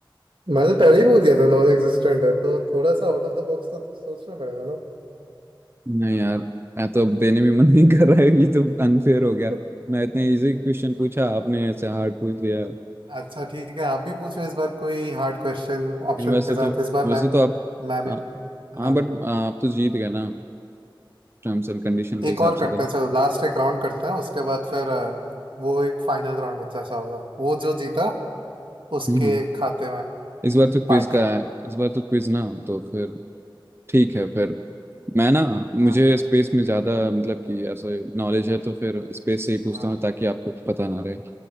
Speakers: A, on the right; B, on the right.
A: मैंने पहले ही बोल दिया था नॉन एग्जिस्टेंट है तो थोड़ा सा आउट ऑफ द बॉक्स तो सोचना पड़ेगा ना
B: नहीं यार मैं तो अब देने भी मन नहीं कर रहा है ये तो अनफेयर
A: <laughs>
B: हो गया मैं इतना इजी क्वेश्चन पूछा आपने ऐसे हार्ड पूछ दिया
A: अच्छा ठीक है आप भी पूछो इस बार कोई हार्ड क्वेश्चन ऑप्शन
B: नहीं, वैसे
A: के साथ
B: तो
A: इस बार
B: वैसे
A: मैं
B: तो
A: भी
B: आप
A: मैं भी
B: हाँ हाँ
A: हाँ
B: बट आप तो जीत गए ना टर्म्स एंड कंडीशन के
A: एक
B: हिसाब
A: और करते
B: से तो
A: हैं चलो लास्ट एक राउंड करते हैं उसके बाद फिर अ, वो एक फाइनल राउंड जैसा होगा वो जो जीता उसके
B: हम्म हम्म।
A: खाते में
B: इस बार तो क्विज
A: पार्टी
B: का है इस बार तो क्विज ना तो फिर ठीक है फिर मैं ना
A: हाँ
B: मुझे स्पेस में ज़्यादा मतलब कि ऐसा नॉलेज है तो फिर स्पेस से ही पूछता
A: हाँ
B: हूँ ताकि आपको पता ना रहे